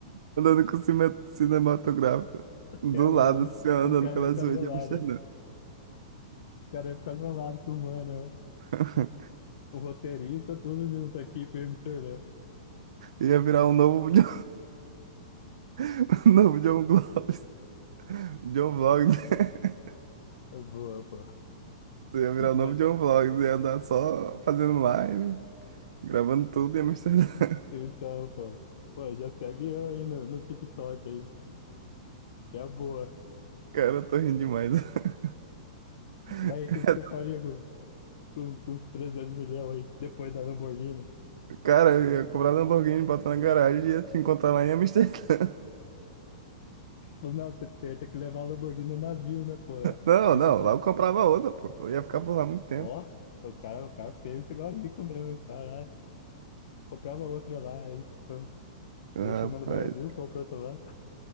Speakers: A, on the right; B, on the left.
A: andando com cine- cinematográfico.
B: É,
A: Do
B: Eu,
A: lado,
B: eu,
A: assim, ó,
B: o
A: andando
B: cara
A: pelas
B: ia ficar
A: ruas
B: do meu
A: de
B: lado,
A: Amsterdã.
B: né? o cara ia ficar do meu lado filmando, eu.
A: <laughs>
B: O roteirista, tudo junto, a equipe em Amsterdã.
A: Ia virar um novo, John- <laughs> novo John Vlogs. John Vlogs. <laughs>
B: Boa, pô.
A: Tu ia virar
B: Mas
A: o novo John Vlogs. Ia andar só fazendo live, gravando tudo em Amsterdã. <laughs>
B: Então, pô. Pô, já segue eu aí no, no TikTok aí. que É a boa.
A: Cara, eu tô rindo demais. <laughs> <laughs>
B: Mas o que, que você faria com, com, com os 300 milhões aí, depois da Lamborghini?
A: Cara, eu ia comprar Lamborghini, botar na garagem e ia te encontrar lá em Amsterdã. <laughs>
B: Mas não, você, você ia ter que levar a Lamborghini no navio, né, pô? É.
A: Não,
B: Tem
A: não,
B: que, tem...
A: lá eu
B: que-
A: comprava outra, pô. Eu ia ficar por lá muito tempo.
B: Ó, o cara, o cara pensa igual rico mesmo, hein, caralho. Comprava outra lá, é isso. Então, deixa
A: Rapaz,
B: uma no Brasil, compra outra lá.